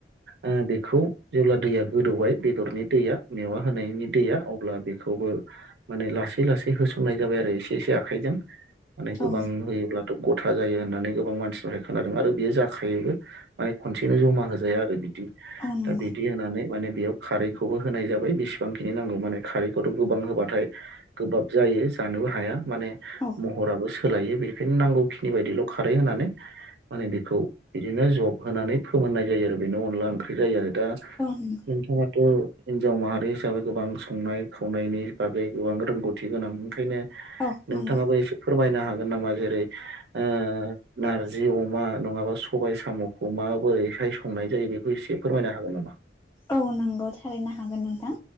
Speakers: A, on the right; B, on the left.
A: ओ बेखौ जेब्ला दैया गोदौबाय बेदरनि दैया मेवा होनायनि दैया अब्ला बेखौ ओ माने लासै लासै होसननाय जाबाय आरो एसे एसे आखाइजों माने गोबां
B: औ
A: होयोब्लाथ' गथा जायो होननानै गोबां मानसिनिफ्राय खोनादों आरो बेयो जाखायोबो माने खनसेनो जमा होजाया आरो बि दा
B: औ नंगौ
A: बिदि होनानै माने बेयाव खारैखौबो होनाय जाबाय बेसेबांखिनि नांगौ माने खारैखौथ' गोबां होबाथाय गोबाब जायो जानोबो हाया माने
B: औ
A: महराबो सोलायो बेनिखायनो नांगौखिनि बायदिल' खारै होनानै माने बेखौ बिदिनो जब होनानै फोमोननाय जायो आरो बेनो अनला ओंख्रि जायो आरो दा
B: औ नंगौ
A: नोंथाङाथ' हिनजाव माहारि हिसाबै गोबां संनाय खावनायनि बागै गोबां रोंगौथि गोनां ओंखायनो
B: औ
A: नोंथाङाबो
B: नंगौ
A: एसे फोरमायनो हागोन हागोन नामा जेरै ओ नारजि अमा नङाबा सबाय साम'खौ माबोरैहाय सङो संनाय जायो बेखौ एसे फोरमायनो हागोन नामा
B: औ नंगौ थारैनो हागोन नोंथां